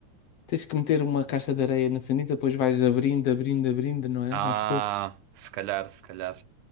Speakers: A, on the left; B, on the right.
A: Tens que meter uma caixa de areia na sanita, depois vais abrindo, abrindo, abrindo, não é?
B: Ah,
A: Aos poucos.
B: se calhar, se calhar.